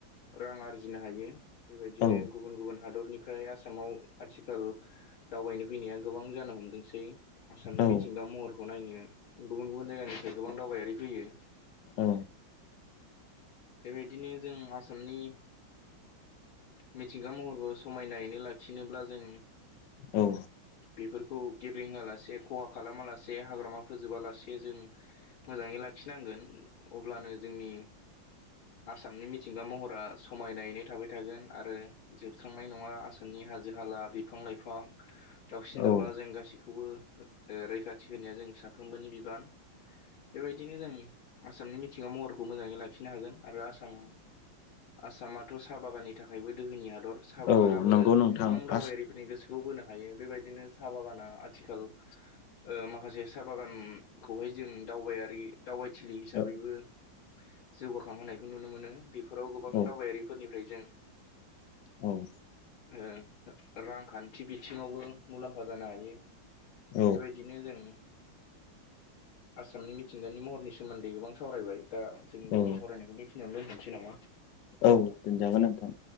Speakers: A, on the left; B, on the left.
A: रां आरजिनो हायो बेबायदिनो
B: औ
A: गुबुन गुबुन हादरनिफ्राय आसामाव आथिखाल दावबायनो फैनाया गोबां जानो हमदोंसै आसामनि
B: औ
A: मिथिंगा महरखौ नायनो गुबुन गुबुन जायगानिफ्राय गोबां दावबायारि फैयो
B: औ
A: बेबायदिनो जों आसामनि मिथिंगा महरखौ समायनायैनो लाखिनोब्ला जों
B: औ
A: बेफोरखौ गेब्रेंआ लासे खहा खालामा लासे हाग्रामा फोजोबालासे जों मोजाङै लाखिनांगोन अब्लानो जोंनि आसामनि मिथिंगा महरा समायनायैनो थाबाय थागोन आरो जोबस्रांनाय नङा आसामनि हाजो हाला बिफां लाइफां दाउसिन दाउला
B: औ
A: जों गासैखौबो ओ रैखाथि होनाया जों साफ्रोमबोनि बिबान। बेबायदिनो जों आसामनि मिथिंगा महरखौ मोजाङै लाखिनो हागोन। आरो आसाम आसामाथ' साहा बागाननि थाखायबो दोहोनि हादर। साहा बागानाबो
B: औ नंगौ नोंथां
A: गोबां दावबायारिफोरनि
B: आस
A: गोसोखौ बोनो हायो। बेबायदिनो साहा बागाना आथिखाल
B: <inaudible>
A: ओ माखासे साहा बागानखौहाय जों दावबायारि दावबायथिलि हिसाबैबो
B: औ
A: जौगाखांहोनायखौ नुनो मोनो। बेफोराव गोबां
B: औ
A: दावबायारिफोरनिफ्राय जों
B: <unintelligible>
A: ओ रांखान्थि बिथिङावबो मुलाम्फा जानो हायो।
B: औ
A: बेबाय बिदिनो जों आसामनि मिथिंगानि महरनि सोमोन्दै गोबां सावरायबाय दा दिनै जोंनि
B: औ
A: सावरायनायखौ बेखिनियावनो दोनथनिसै नामा?
B: औ दोनजागोन नोंथां